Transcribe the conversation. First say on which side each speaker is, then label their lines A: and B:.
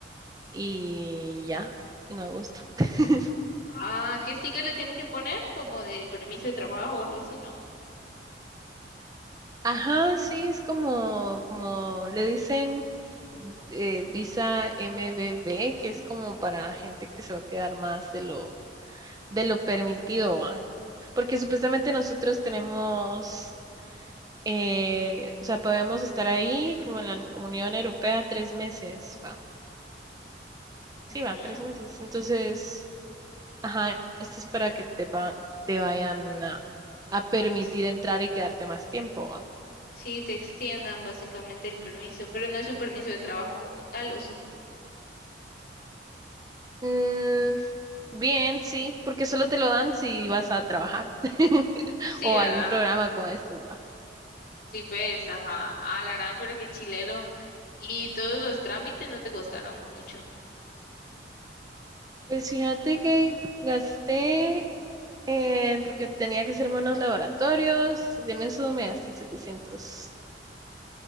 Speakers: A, on the right; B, on the left.
A: y ya, en agosto. <laughs>
B: Ah, ¿qué sticker le tienen que poner? Como de permiso de trabajo o algo así, ¿no?
A: Ajá, sí, es como, como le dicen eh, visa MBB, que es como para gente que se va a quedar más de lo, de lo permitido, ¿va? Porque supuestamente nosotros tenemos, eh, o sea, podemos estar ahí como en la Unión Europea tres meses, ¿va? Sí,
B: Ujú.
A: va, tres meses. Entonces, ajá, esto es para que te, va- te vayan a, a permitir
B: Ex-
A: entrar y quedarte más tiempo,
B: Sí, te extiendan básicamente el permiso, pero no es un permiso de trabajo como tal, ¿o sí?
A: Mm, bien, sí, porque solo te lo dan si vas a trabajar <laughs>
B: Sí,
A: o
B: ¿verdad?
A: algún programa como estos, va.
B: Sí, ves, ajá, a la gran, pero qué chilero. Y todos los trámites no te costaron mucho.
A: Pues fíjate que gasté, eh, porque tenía que hacerme unos laboratorios, y en eso me gasté setecientos